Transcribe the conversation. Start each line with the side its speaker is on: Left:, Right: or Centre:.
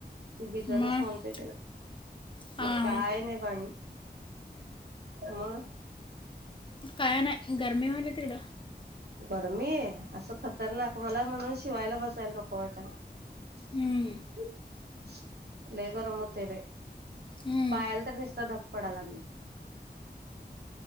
Right: ति बी जरच
Left: मग
Right: म्हणते त्याला
Left: हां
Right: मग काय
Left: हां
Right: नई बाई म
Left: काय नाही गरमी व्हायल्या तिकड.
Right: गरमी असं खतरनाक मला म्हणून शिवायला बसायला नको वाटालय.
Left: हम्म.
Right: <inaudible> लय गरम होतय बाई
Left: हम्म.
Right: पायाला तर नुस्त धग पडालागलीया.